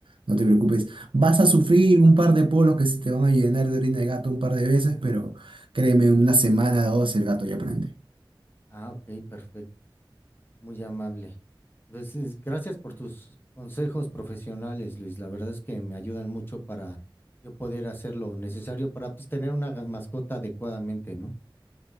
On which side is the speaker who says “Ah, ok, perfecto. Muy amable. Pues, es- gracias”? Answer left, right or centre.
Left